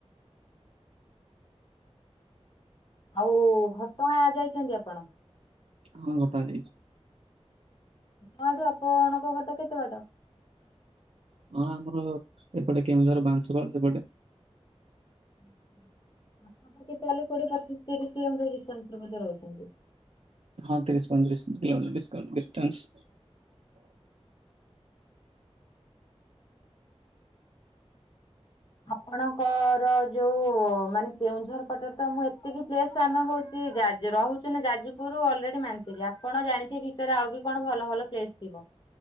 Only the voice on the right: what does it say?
ହଁ ଘଟଗାଁ ଯାଇଛି।
ହଁ ଆମର ଏପଟେ କେଉଁଝର ବାଂଶ ପାଳ ସେପଟେ।
ହଁ ତିରିଶ ପଇଁତିରିଶ କିଲୋମିଟର ଡିସକାଉଣ୍ଟ ଡିସଟାନ୍ସ।